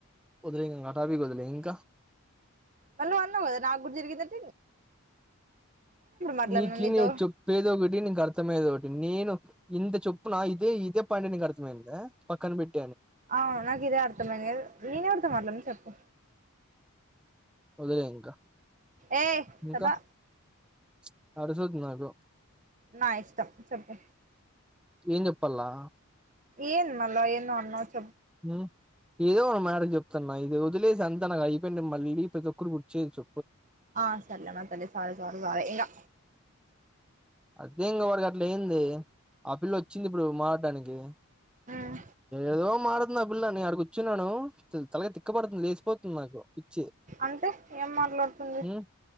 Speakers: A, in the centre; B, on the right.
A: వదిలేయ్ ఇగా ఆ టాపిక్ వదిలేయ్ ఇక
B: మళ్ళా అన్నవ్ గదా నాకూడా జరిగిందని మాట్లాడినా
A: నీకి
B: నీతో
A: నేన్ చెప్పేది ఒక్కటి నీకు అర్థమయ్యేద్ ఒకటి నేను ఇంత చొప్పు నా దే ఇదే పండినికి అర్థమైందా పక్కనపెట్టి
B: అవును నాకు ఇదే అర్థమైనది గదా నేను ఎవర్తో మాట్లాడినా చెప్పు
A: వదులేయింకా
B: ఏ
A: ఇంకా
B: చెప్పా
A: ప్చ్ అడుసొద్దునాకు
B: నా ఇష్టం చెప్పు
A: ఏం చెప్పల్లా
B: ఏన్ మల్ల ఏందో అన్నావ్ చెప్
A: హ్మ్ ఏదో మేరేజ్ చెప్తున్న ఇది వదిలేసి అంతా నాకు అయిపోయింది మళ్ళీ ప్రతి ఒక్కటీ గుర్తుచేయచ్చు
B: ఆ సరేలేమ తల్లి సారి సారి సారే ఇంకా
A: అదే ఇంగ వడికి అట్లా ఏ్యంది ఆ పిల్ల వచ్చింది ఇప్పుడు మాడ్డానికి
B: మ్
A: ఏదో మాటాడుతుంది ఆ పిల్ల నేను ఆడ కుర్చున్నాను తెల్ తలగాయ తిక్క పడుతుంది లేచిపోతుంది నాకు పిచ్చి
B: అంటే ఏం మాట్లాడుతుంది
A: హ్మ్